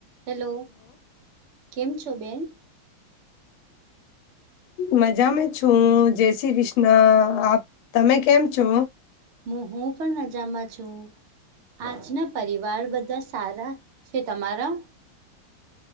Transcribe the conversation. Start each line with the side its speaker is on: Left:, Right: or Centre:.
Right: Hello કેમ છો બેન?
Left: મજામાં છું જય શ્રી કૃષ્ણ આપ તમે કેમ છો?
Right: હું હું પણ મજામાં છું આજના પરિવાર બધા સારા છે તમારા